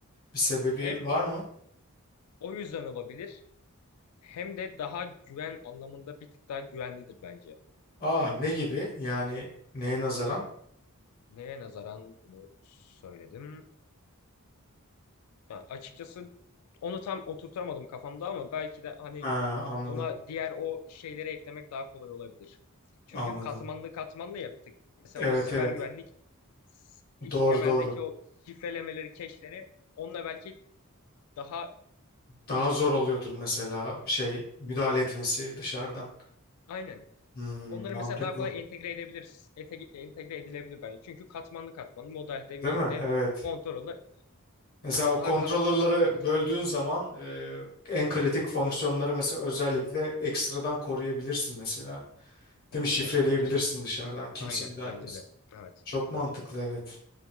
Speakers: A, on the left; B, on the left.
A: Bir sebebi
B: e, hem
A: var mı?
B: o yüzden olabilir hem de daha güven anlamında bir tık daha güvenlidir bence.
A: Aa ne gibi? Yani neye nazaran?
B: Neye nazaran bunu söyledim? Yani açıkçası onu tam oturtamadım kafamda ama belki de hani
A: Ha, anladım.
B: ona diğer o şeyleri eklemek daha kolay olabilir. Çünkü
A: Anladım.
B: katmanlı katmanlı ya bir tık. Mesela
A: Evet
B: o siber
A: evet.
B: güvenlik HTML'deki
A: Doğru doğru.
B: o şifrelemeleri, cache'leri onunla belki daha
A: Daha zor oluyordur mesela şey müdahale etmesi dışarıdan.
B: aynen
A: Hmm,
B: Onları
A: mantıklı.
B: mesela daha kolay entegre edebiliriz. Ete- entegre edilebilir bence. Çünkü katmanlı katmanlı modelde,
A: Değil
B: view'de,
A: mi? Evet.
B: control'da
A: Mesela o kontrolörleri
B: daha kat... Evet.
A: böldüğün zaman e, en kritik fonksiyonları mesela özellikle ekstradan koruyabilirsin mesela.
B: Bence
A: Değil mi? Şifreleyebilirsin
B: de. Bence de.
A: dışarıdan kimse
B: Aynen.
A: müdahale
B: Bence
A: etmesin.
B: de. Evet.
A: Çok mantıklı
B: Evet.
A: evet.